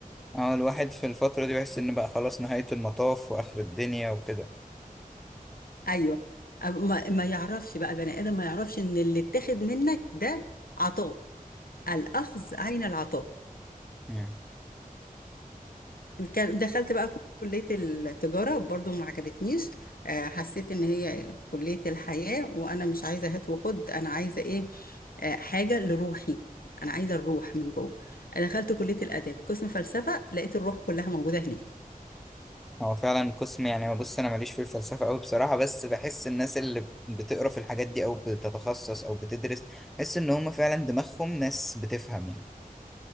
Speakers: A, in the centre; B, on the left (about 80°).
A: اه الواحد في الفترة دي بيحس ان بقى خلاص نهاية المطاف واخر الدنيا وكده
B: أيوه أب- ما, ما يعرفش بقى البني آدم ما يعرفش إن اللي اتاخد منك ده عطاء الأخذ عين العطاء
A: مم.
B: كان- دخلت بقى كلية التجارة برضو ما عجبتنيش آه، حسيت إن هي كلية الحياة وأنا مش عايزة هات وخد أنا عايزة إيه آه، حاجة لروحي أنا عايزة الروح من جوه أنا دخلت كلية الآداب قسم فلسفة لقيت الروح كلها موجودة هناك
A: هو فعلا قسم يعني هو بص انا ماليش في الفلسفة قوي بصراحة بس بحس الناس اللي بتقرا في الحاجات دي او بتتخصص او بتدرس بحس ان هم فعلا دماغهم ناس بتفهم يعني